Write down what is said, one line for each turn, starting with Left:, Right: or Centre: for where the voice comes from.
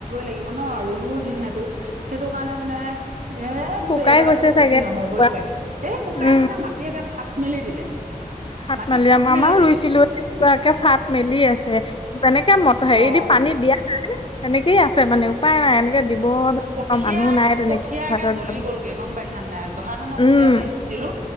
Right: লাগিব ন ৰুলো যিহেতু সেইটো কাৰণে মানে এ বোলো
Left: শুকাই
Right: এইবাৰ
Left: গৈছে
Right: বোলো খেতি
Left: চাগে
Right: নহবই
Left: ৱা-
Right: চাগ এই শুকাই
Left: উম
Right: মানে মাটিে ফাট মেলি দিলে
Left: ফাত
Right: মাটি
Left: মালি
Right: ফাট
Left: আমাৰও
Right: মেলি দিলে
Left: ৰুইছিলো এৰাকে ফাট মেলি আছে যেনেকে মত হেৰি
Right: অ
Left: দি পানী দিয়া নাই এনেকেই আছে মানে উপায় নাই এনেকে দিব
Right: কঠিয়াকে
Left: মানুহ নাই তেনেকে
Right: কঠীয়াকে
Left: পথাৰত
Right: জ্বলি
Left: যাব
Right: গ'লগৈ গম পাইছাানে নাই জহা ধানৰ
Left: উম
Right: কঠীয়াা পাৰি থৈছিলো